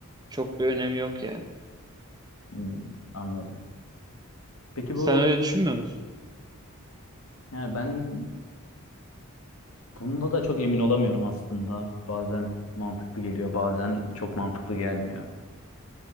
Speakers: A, on the right; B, on the left.
A: Çok bir önemi yok yani.
B: Hmm, anladım. Peki
A: Sen
B: bu
A: öyle düşünmüyor musun?
B: yani ben Bunda da çok emin olamıyorum aslında. Bazen mantıklı geliyor, bazen çok mantıklı gelmiyor.